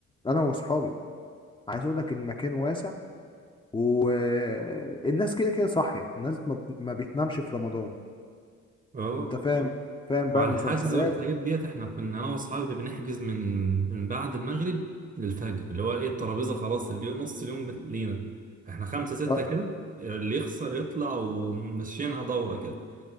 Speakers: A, on the left (about 15°); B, on the right (about 25°).
A: انا واصحابي عايز اقول لك المكان واسع والناس كده كده صاحيه الناس ما بت- ما بتنامش في رمضان
B: اه
A: انت اه فاهم اه فاهم
B: وعلى
A: بقى المسلسلات
B: الحجز والحاجات ديت احنا كنا انا واصحابي بنحجز من من بعد المغرب للفجر اللي هو ايه الترابيزة خلاص اللي نص اليوم بت- لينا احنا خمسة ستة
A: اه,
B: كده اللي يخسر يطلع وماشيينها دورة كده